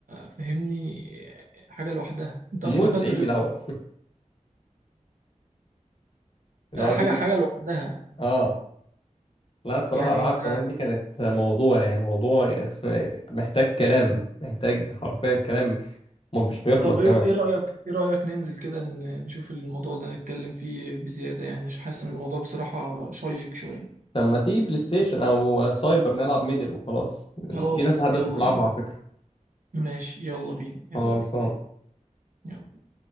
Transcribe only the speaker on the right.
فهمني حاجه لوحدها انت اصلا
قفلت
الريكورد
لا،
حاجه
حاجه لوحدها
يعني
انت
طب ايه
إيه رايك ايه رايك ننزل كده ن- نشوف الموضوع ده نتكلم فيه بزياده يعني عشان حاسس ان الموضوع بصراحه شيق شويه
خلاص
يلا
بينا
ماشي يلا بينا يلا
بينا يلا